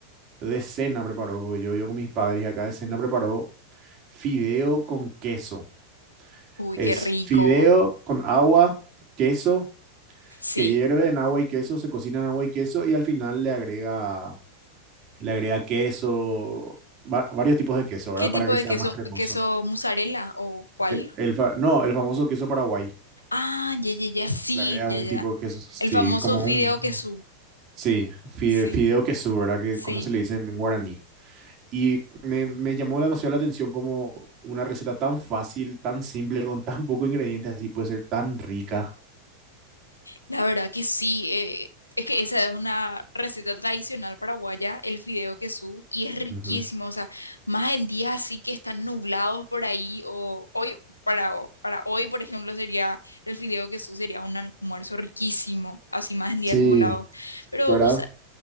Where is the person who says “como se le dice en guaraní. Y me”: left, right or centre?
Right